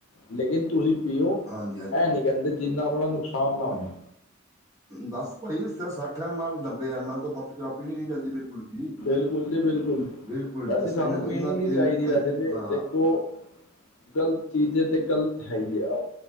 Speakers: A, on the left (about 75°); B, on the right (about 15°).
A: ਲੇਕਿਨ ਤੁਸੀਂ ਪੀਓ
B: ਹਾਂਜੀ ਹਾਂਜੀ
A: ਐ ਨੀ ਕਹਿੰਦੇ ਜਿੰਨਾ ਆਪਣਾ ਨੁਕਸਾਨ ਨਾ ਹੋਏ
B: ਬੱਸ ਭਾਈ ਇਸ ਸੱਠ ਐਮ ਐਲ ਨੱਬੇ ਐਮ ਐਲ ਤੋਂ ਵੱਧ ਸ਼ਰਾਬ ਪੀਣੀ ਨੀ ਚਾਹੀਦੀ ਬਿਲਕੁਲ ਵੀ
A: ਬਿਲਕੁਲ ਜੀ ਬਿਲਕੁਲ
B: ਬਿਲਕੁਲ
A: ਵੈਸੇ
B: ਬਸ
A: ਸਾਨੂੰ
B: ਇਹਨਾਂ
A: ਪੀਣੀ
B: ਇਹਨਾਂ
A: ਨੀ
B: ਤਿੰਨ
A: ਚਾਹੀਦੀ ਵੈਸੇ ਤੇ
B: ਹਾਂ
A: ਦੇਖੋ। ਗ਼ਲਤ ਚੀਜ਼ ਹੈ ਤੇ ਗ਼ਲਤ ਹੈ ਹੀ ਹੈ ਆਪ